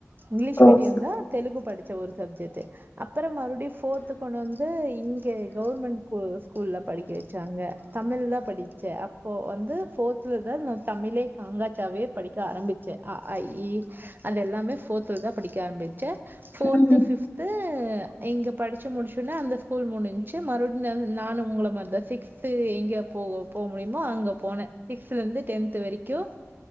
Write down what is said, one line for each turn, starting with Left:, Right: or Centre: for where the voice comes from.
Right: இங்கிலீஷ்
Left: ஓ
Right: மீடியம்
Left: சரி
Right: தா தெலுகு படிச்சே ஒரு சப்ஜெட்டு அப்பறம் மறுபடியு ஃபோர்த்து கொண்டு வந்து இங் க கவர்மெண்ட் கூ ஸ்கூல்ல படிக்க வெச்சாங்க தமிழ் தா படிச்சே அப்போ வந்து ஃபோர்த் ஃபிஃப்த்துலதா நா தமிழே காங்காச்சாவே படிக்க ஆரம்பிச்ச அஆஇஈ அது எல்லாமே போர்த்துல தா படிக்க ஆரம்பிச்ச ஃபோர்த்து
Left: ம்
Right: ஃபிஃப்தது இங்க படிச்சு முடிச்சோன்னே அந்த ஸ்கூல் மூணு மறுபடியு ம் நானு உங்கள மாறி தா சிக்ஸ்து எங்க போக முடியுமோ அங்க போன்ன சிக்ஸது சிக்ஸ்த்துலேந்து டென்த் வரைக்கும்